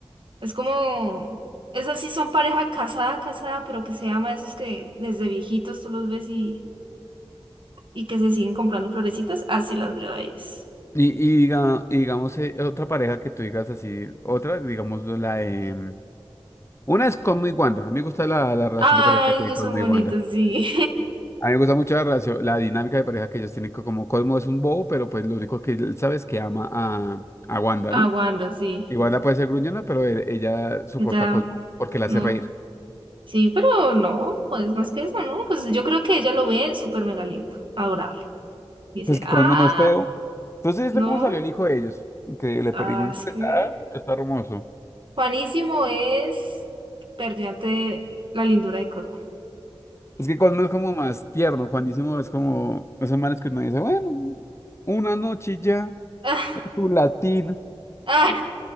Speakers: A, on the right (about 55°); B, on the left (about 30°).
A: es como esas sí son pareja casada, casada, pero que se llama esos que desde viejitos tú los ves y, y que se siguen comprando florecitas, así las veo a ellos.
B: Y, y, diga- y digamos, eh, otra pareja que tú digas así, otra, digamos, la de. mm, Una es con y Wanda. A mí me gusta la, la relación
A: Ay,
B: de pareja que tiene
A: ellos
B: con
A: son
B: y
A: bonitos,
B: Wanda.
A: sí.
B: A mí me gusta mucho la relación, la dinámica de pareja que ellos tienen, co- como Cosmo es un bobo, pero pues lo único que él sabe es que ama a, a
A: <laughs>
B: Wanda,
A: Aguanta,
B: ¿no?
A: sí.
B: Y Wanda puede ser gruñona, pero e- ella soporta
A: Ya,
B: a Cosmo porque la
A: no.
B: hace reír.
A: Sí, pero no, pues más que eso, ¿no? Pues yo creo que ella lo ve súper mega lindo, adorable. Y dice,
B: Pues que
A: ah,
B: Cosmo no es feo. Entonces, ¿esto
A: no,
B: cómo salió el hijo de ellos? Que le
A: ah,
B: pedí un
A: es que
B: está, está hermoso.
A: Juanísimo es perdió ante la lindura de Cosmo.
B: Es que Cosmo es como más tierno, Juanísimo es como esos manes que uno dice, bueno, una noche y ya,
A: <laughs>
B: en
A: Ah,
B: su latín,
A: ah,